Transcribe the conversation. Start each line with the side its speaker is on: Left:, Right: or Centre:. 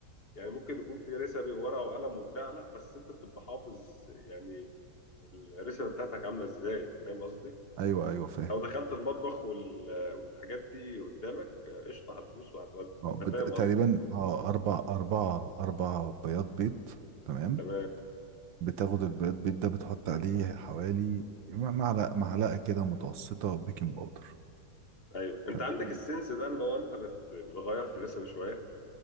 Left: يعني ممكن يكون في رسبي وورقه وقلم وبتاع لا بس انت بتبقى حافظ يعني الرسبه بتاعتك عامله ازاي فاهم قصدي
Right: أيوه أيوه فاهم
Left: لو دخلت المطبخ وال- والحاجات دي قدامك آه، قشطه هتدوس وهتودي
Right: اه بت...
Left: انا فاهم
Right: تقريبا
Left: قصدي
Right: اه أربع أربعة أربع بياض بيض تمام
Left: تمام
Right: بتاخد البياض بيض ده بتحط عليه حوالي معلقة معلقة كده متوسطة بيكنج باودر
Left: ايوه انت
Right: تمام
Left: عندك السنس ده اللي هو انت بت- بتغير في الريسبي شويه